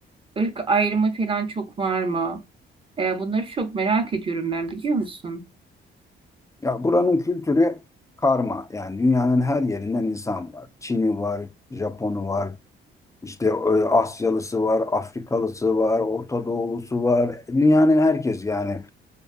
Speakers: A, on the right; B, on the left.
A: ırk ayrımı falan çok var mı? Ee, bunları çok merak ediyorum ben biliyor musun?
B: Ya buranın kültürü karma. Yani dünyanın her yerinden insan var. Çin'i var, Japon'u var, işte e, Asyalısı var, Afrikalısı var, Orta Doğulusu var. Dünyanın herkes yani